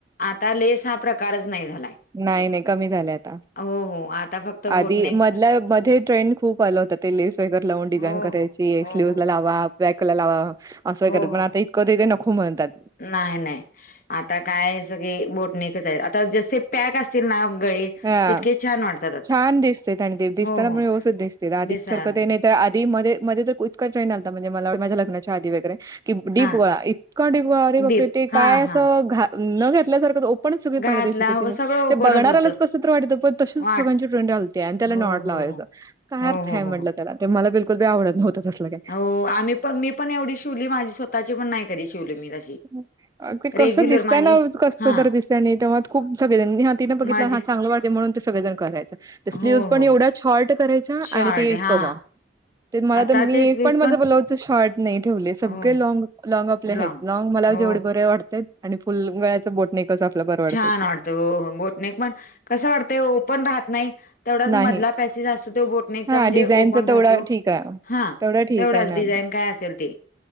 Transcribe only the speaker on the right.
नाही नाही कमी झाले आता.
आधी
मधल्या मध्ये ट्रेंड खूप आलं होतं ते लेस वगैरे लावून डिझाईन
करायची
स्लीवज
लावा. बॅकला लावा असं
करा पण
आता
इतकं ते नको म्हणतात.
हा
छान दिसतं आणि ते दिसताना
पण
व्यवस्थित दिसते आधी
सारखं नाही ते. तर आधी मध्ये मध्ये तर इतका ट्रेड आलथा. म्हणजे मला माझ्या लग्नाच्या आधी वगैरे कि डीप
गोळा इतका डीपगोळा रे बापरे
ते
काय असं
घ न घातल्यासारखं. पण सगळी
पाट दिसत होती.
ते बघणाऱ्यालाच.
विचित्र वाटत होतं पण तच
सगळ्यांची ट्रेंड आलथीया. आणि त्याला
नॉड
लावायं
काय
अर्थ
आहे म्हटलं.
ते मला बिकुल आवडत नव्हतं. तसलं काय.
अ, ते कसं
दिसतय
ना कसं
तर दिसतय आणि तेव्हा खूप सगळेनी हा तिनं बघितलं
हा चांगलं वाटेल म्हणून. सगळे जण करायच स्ल्यूज
पण
एवढा
शॉर्ट करायचा
आणि ते
कवा. ते मला
तर मी
एक पण माझं ब्लाऊज शॉर्ट नाही ठेवले. सगळे
लॉंग लॉंग आपले आहेत.
ना मग मला
जेवढे बरे वाटतंय आणि फुल गळ्याचं बोट नेकच आपलं बरे वाटतंय
ते.
नाही
हा
डिझाईनचा
तेवढा ठीक आहे
तेवढा ठीक
आहे
ना